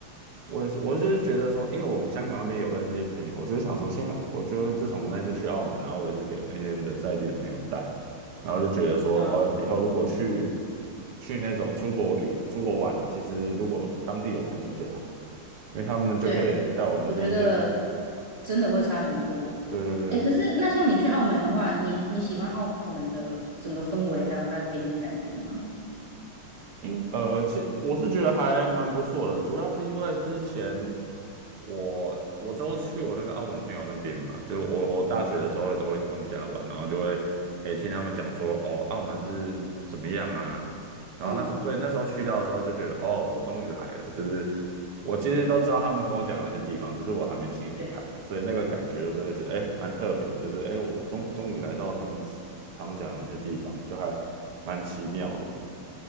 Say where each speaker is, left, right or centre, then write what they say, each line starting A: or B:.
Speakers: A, on the right; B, on the right.
A: 我也是，我就是觉得说，因为我香港那边有认识一些朋友，我就想说，现在我就自从那次去澳门，然后我也是给那些人的在地的朋友带，然后就觉得说，
B: 嗯。
A: 哦，以后如果去去那种出国旅出国玩啊，其实如果当地有朋友是最好，因为他们就可以带我们去一些，
B: 对，我觉得真的会差很多。
A: 对对对
B: 哎，可是那像你去澳门的话，你你喜欢澳门的整个氛围，还有他给你的感觉吗？
A: 因呃，其我是觉得还蛮不错的，主要是因为之前我我之后去我那个澳门朋友那边嘛，就我我大学的时候也都会去他们家玩，然后就会诶、听他们讲说哦，澳门是怎么样啊，然后那时所以那时候去到的时候就觉得哦，
B: 嗯，
A: 我终于来了，就是我其实都知道他们跟我讲那些地方，只是我还没亲眼去看，
B: 对。
A: 所以那个感觉就是会觉得诶、蛮特别，就是诶、我我终终于来到他们常讲的那些地方，就还蛮奇妙的。